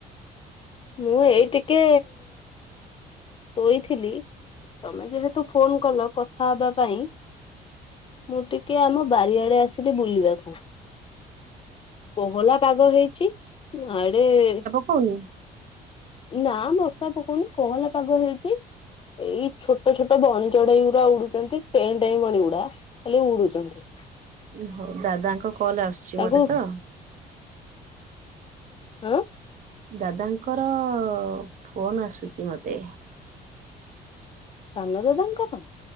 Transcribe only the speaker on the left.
ମୁଁ ଏଇ ଟିକେ ଶୋଇଥିଲି ତମେ ଯେହେତୁ ଫୋନ କଲ କଥା ହବା ପାଇଁ ମୁଁ ଟିକେ ଆମ ବାରିଆଡେ ଆସିଲି ବୁଲିବାକୁ। କୋହଲା ପାଗ ହେଇଛି ଆଡେ-ଏ-ଏ
ନା ବର୍ଷା ପକଉନି କୋହଲା ପାଗ ହେଇଛି। ଏଇ ଛୋଟ ଛୋଟ ବଣି ଚଢେଇ ଗୁଡା ଉଡୁଛନ୍ତି ଟେଁ ଟେଁ ବଣି ଗୁଡା। ଖାଲି ଉଡୁଛନ୍ତି।
ତାଙ୍କୁ
ହ
ସାନ ଦାଦାଙ୍କର?